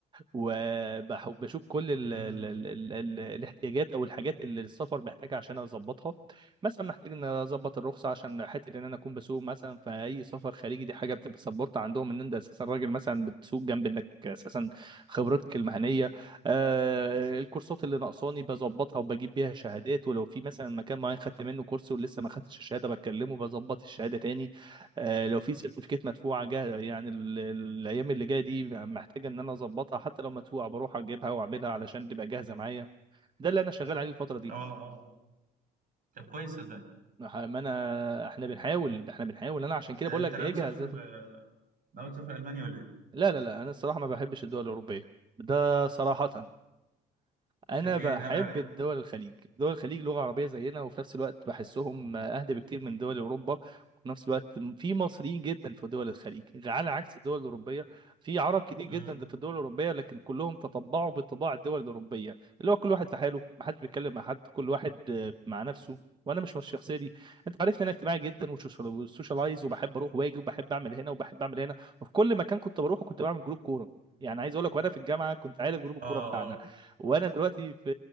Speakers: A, on the right; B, on the right.
A: وبشوف كل ال
B: مم.
A: ال ال ال ال الاحتياجات او الحاجات اللي السفر محتاجها عشان اظبطها مثلا محتاج ان اظبط الرخصه عشان حته ان انا اكون بسوق مثلا في اي سفر خارجي دي حاجه بتبقى سبورت عندهم ان انت اساسا راجل مثلا بتسوق جنب انك اساسا خبرتك المهنيه آه الكورسات اللي ناقصاني بظبطها وبجيب بيها شهادات ولو في مثلا مكان معين خدت منه كورس ولسه ما خدتش الشهاده بكلمه بظبط الشهاده تاني آه، لو في سيرتيفيكات مدفوعه جاهزه يعني ال- ال- الايام اللي جايه دي محتاجه ان انا اظبطها حتى لو مدفوعه بروح اجيبها واعملها علشان تبقى جاهزه معايا ده اللي انا شغال عليه الفتره دي
B: اه اه اه طب كويس صدقني
A: ما ما انا احنا بنحاول احنا بنحاول انا عشان كده
B: ده
A: بقول
B: انت
A: لك
B: ناوي
A: اجهز
B: تسافر ناوي تسافر المانيا ولا ايه؟
A: لا لا لا انا الصراحه ما بحبش الدول الاوروبيه ده صراحه انا
B: تبقى ايه
A: بحب
B: ناوي على ايه؟
A: الدول الخليج دول الخليج لغه عربيه زينا وفي نفس الوقت بحسهم اهدى بكتير من دول اوروبا وفي نفس الوقت في مصريين جدا في دول الخليج على عكس الدول الاوروبيه في عرب كتير
B: امم
A: جدا في الدول الاوروبيه لكن كلهم تطبعوا بطباع الدول الاوروبيه اللي هو كل واحد في حاله ما حدش بيتكلم مع حد كل واحد آه، مع نفسه وانا مش من الشخصيه دي انت عارفني انا اجتماعي جدا وسوشيال- وسوشيالايز وبحب اروح واجي وبحب اعمل هنا وبحب اعمل هنا وفي كل مكان كنت بروحه كنت بعمل جروب كوره يعني عايز اقول لك وانا في الجامعه كنت عارف جروب الكوره
B: اه
A: بتاعنا
B: اه
A: وانا دلوقتي في